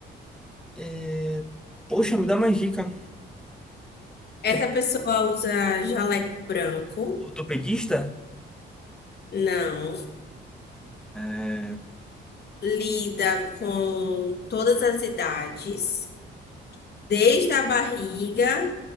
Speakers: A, in the centre; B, on the left.
A: é, poxa, me dá mais dica.
B: Essa
A: Tre-
B: pessoa usa jaleco branco.
A: Ortopedista?
B: Não,
A: É,
B: lida com todas as idades, desde a barriga